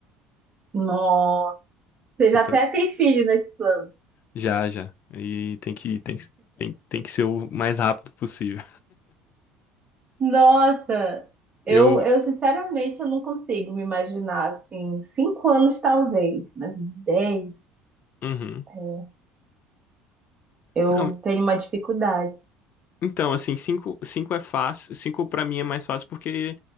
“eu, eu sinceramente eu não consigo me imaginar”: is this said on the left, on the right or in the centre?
Right